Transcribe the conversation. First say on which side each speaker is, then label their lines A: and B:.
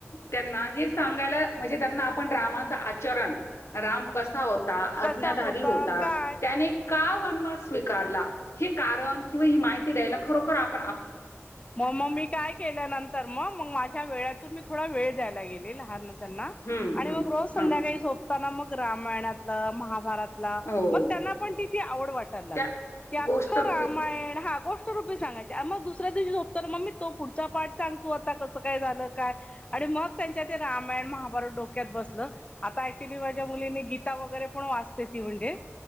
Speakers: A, on the left; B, on the left.
A: त्यांना हे सांगायला म्हणजे त्यांना आपण रामा आचरण राम कसा होता?
B: कसा
A: अज्ञाधारी होता,
B: काय
A: त्याने का वनवास स्वीकारला हे कारण किंवा माहिती द्याला खरोखर आप
B: मग मग मी काय केल्या नंतर मग मग माझ्या वेळतून मी थोडा वेळ द्याल लागले लहान त्यांना
A: हं,
B: आणि
A: हं,
B: मग रोज संध्याकाळी
A: हं.
B: झोपताना त्याना मग रामायणातलं महाभारत
A: हो.
B: मग त्यांना पण तिथ आवड वाटायला लागली
A: त्या
B: की अख
A: गोष्ट रूपी
B: रामायण हा गोष्ट रूपी सांगायचं. त्या मग दुसऱ्या दिवशी झोपत मम्मी तो पुढचा पाठ सांगतू आता कसं काय झालं काय आणि मग त्यांच्या ते रामायण महाभारत डोक्यात बसलं, आता ऍक्च्युली माझ्या मुलींनी गीता वगैरे पण वाचते ती म्हणजे